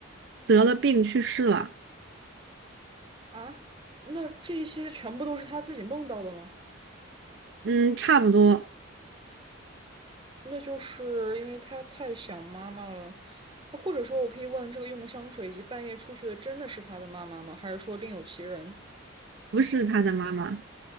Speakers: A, on the right (about 55°); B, on the right (about 25°).
A: 得了病去世了。
B: 啊？那这些全部都是他自己梦到的吗？
A: 嗯，差不多，
B: 那就是因为他太想妈妈了，或者说，我可以问这个用香水以及半夜出去的真的是他的妈妈吗？还是说另有其人？
A: 不是他的妈妈，